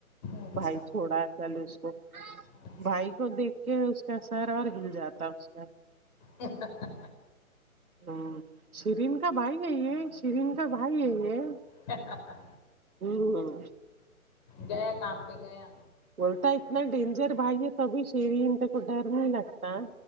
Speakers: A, on the left; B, on the right.
A: اچھا
B: بھائی چھوڑا کل اس کو
A: اچھا
B: بھائی کو دیکھ کے اس کا سر اور ہل جاتا اس کا
A: ہا۔ ہا۔ ہا
B: ہاں شرین کا بھائی ہے یہ شرین کا بھائی ہے یہ
A: ہا۔ ہا۔ ہا
B: ہوں
A: گیا کام پہ گیا
B: بولتا ہے اتنا ڈینجر بھائی ہے توبھی شیرین کو ڈر نہیں لگتا